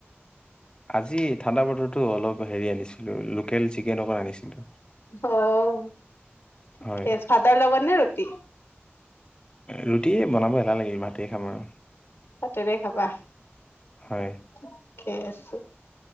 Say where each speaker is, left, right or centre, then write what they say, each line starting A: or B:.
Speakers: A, on the left; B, on the left.
A: আজি ঠাণ্ডা বতৰটো, অলপ হেৰি আনিছিলোঁ লোকেল চিকেন অকণ আনিছিলো
B: অ', ঠিকে
A: হয়
B: ভাৰৰ লগত নে ৰুটি?
A: ৰুটিয়ে বনাব এটা লাগিল ভাতে খাম আৰু
B: ভাতেৰে খাবা
A: হয়
B: ঠিকে আছে